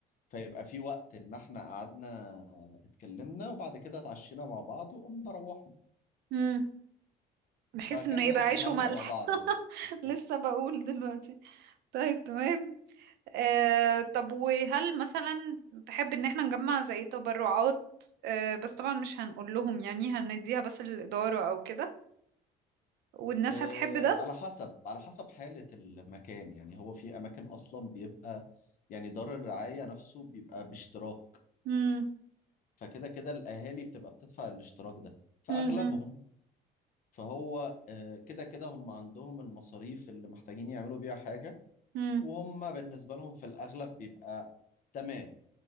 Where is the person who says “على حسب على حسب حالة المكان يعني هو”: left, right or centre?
Left